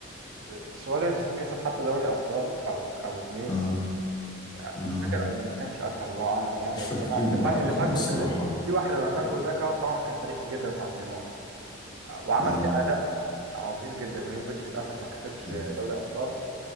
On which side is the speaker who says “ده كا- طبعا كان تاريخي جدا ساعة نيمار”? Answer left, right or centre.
Right